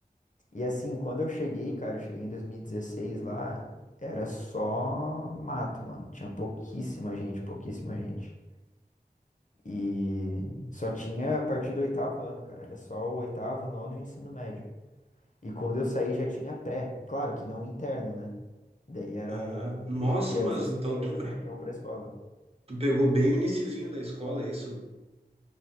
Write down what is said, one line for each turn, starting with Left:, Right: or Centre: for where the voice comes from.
Left: E assim, quando eu cheguei, cara, eu cheguei em 2016 lá, era só mato, mano. Tinha pouquíssima gente, pouquíssima gente. E só tinha a partir do oitavo ano, cara. Era só o oitavo, nono e o ensino médio. E quando eu saí já tinha pré. Claro que não interno, né? Daí eram
Right: Aham. Nossa,
Left: cri- crianças
Right: mas então
Left: que, iam-
Right: tu,
Left: que iam pra escola.
Right: tu pegou bem o iniciozinho da escola, é isso?